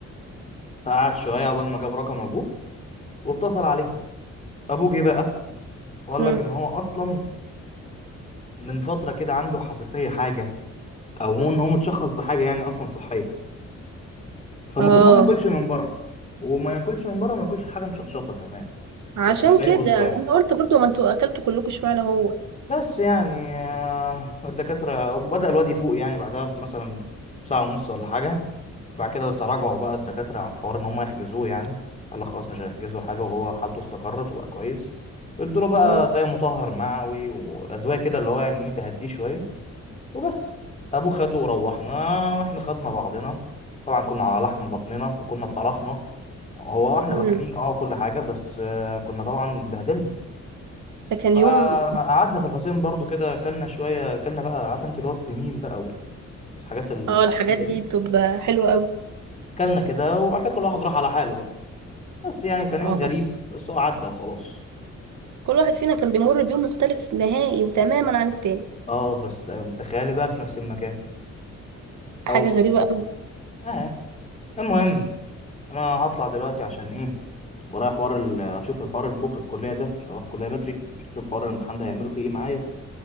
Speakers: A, on the left; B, on the right.
A: فقعد شويه عقبال ما جاب رقم ابوه واتصل عليه ابوه جه بقى وقال
B: مم.
A: لك ان هو اصلا من فتره كده عنده حساسيه حاجه او هو ان هو متشخص بحاجه يعني اصلا صحيه فالمفروض
B: اه
A: ان هو ما ياكلش من بره وما ياكلش من بره وما ياكلش حاجه مشطشطه كمان
B: عشان
A: هو كان جايبه
B: كده
A: سبايس
B: انا قلت برضه ما انتوا اكلتوا كلكم اشمعنى هو
A: بس يعني آه، الدكاترة بدأ الواد يفوق يعني بعدها مثلا بساعة ونص ولا حاجة بعد كده تراجعوا بقى الدكاترة عن حوار إن هم يحجزوه يعني قال لك خلاص مش هيحجزوا حاجة وهو حالته استقرت وبقى كويس وادوله بقى
B: مم.
A: زي مطهر معوي وأدوية كده اللي هو يعني إيه تهديه شوية وبس أبوه خده وروحنا وإحنا خدنا بعضنا طبعا كنا على لحم بطننا وكنا اتقرفنا هو احنا
B: مم.
A: واكلين اه وكل حاجة بس آه، كنا طبعا اتبهدلنا
B: ده كان
A: فقعدنا
B: يوم
A: في الحسين برضو كده اكلنا شويه اكلنا بقى عارف انت اللي هو السمين بقى والحاجات الغريبه
B: اه الحاجات دي
A: دي
B: بتبقى حلوه قوي
A: اكلنا كده وبعد كده كل واحد راح على حاله بقى بس يعني كان
B: اه
A: يوم غريب بس هو عدى وخلاص
B: كل واحد فينا كان بيمر بيوم مختلف نهائي وتماما عن التاني
A: اه بس ت- تخيلي بقى في نفس المكان او
B: حاجة غريبة أوي
A: اه المهم انا هطلع دلوقتي عشان ايه ورايا حوار ال- اشوف الحوار اللي بكره الكليه ده عشان اروح الكليه بدري اشوف حوار الامتحان ده هيعملوا فيه ايه معايا